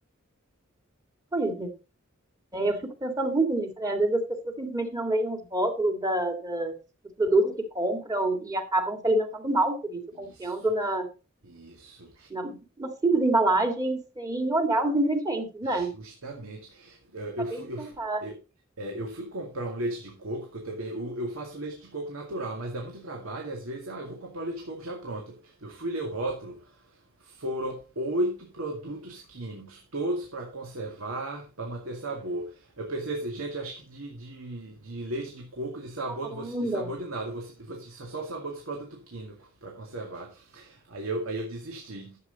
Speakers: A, on the right; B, on the right.
A: Pois é. né? Eu fico pensando muito nisso, né? Às vezes as pessoas simplesmente não leem os rótulos da- da- dos produtos que compram e acabam se alimentando mal por isso, confiando
B: Isso,
A: na,
B: isso.
A: na, na simples embalagem sem olhar os ingredientes, né?
B: Justamente. Eh,
A: Acabei
B: Eu fui,
A: de
B: eu
A: pensar,
B: fui, eu, é, eu fui comprar um leite de coco, que eu também eu, eu faço leite de coco natural, mas dá muito trabalho, e às vezes, ah, eu vou comprar o leite de coco já pronto. Eu fui ler o rótulo, Foram oito produtos químicos, todos para conservar, para manter sabor. Eu pensei assim, gente, acho que de, de, de leite de coco, de sabor,
A: caramba,
B: não vou sentir sabor de nada, eu vou sentir, vou sentir só, o sabor dos produtos químicos para conservar. Aí eu, aí eu desisti.